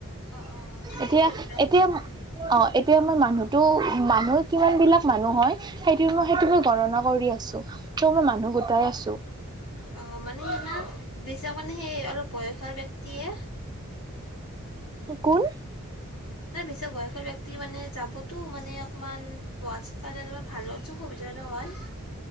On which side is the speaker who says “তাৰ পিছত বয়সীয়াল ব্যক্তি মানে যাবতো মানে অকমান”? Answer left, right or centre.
Left